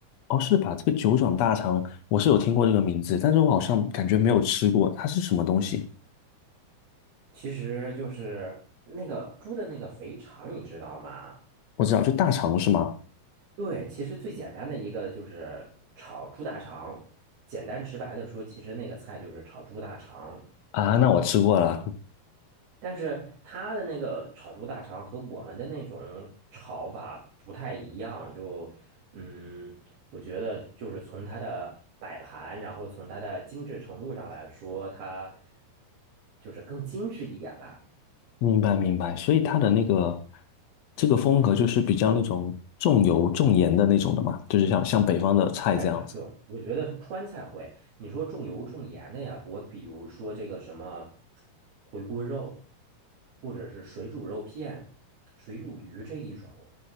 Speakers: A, on the left; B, on the right.
A: 哦是吧？这个九转大肠我是有听过这个名字，但是我好像感觉没有吃过，它是什么东西？
B: 其实就是那个猪的那个肥肠，你知道吗？
A: 我知道，就大肠是吗？
B: 对，其实最简单的一个就是炒猪大肠，简单直白的说，其实那个菜就是炒猪大肠。
A: 啊，那我吃过了，
B: 但是他的那个炒猪大肠和我们的那种炒法不太一样，就嗯，我觉得就是从它的摆盘，然后从它的精致程度上来说，它就是更精致一点吧。
A: 明白明白。所以它的那个这个风格就是比较那种重油重盐的那种的嘛，
B: 嗯，
A: 就是像像北方的菜这样子。
B: 这个不太算重，我觉得川菜会。你说重油重盐的呀，我比如说这个什么回锅肉，或者是水煮肉片、水煮鱼这一种。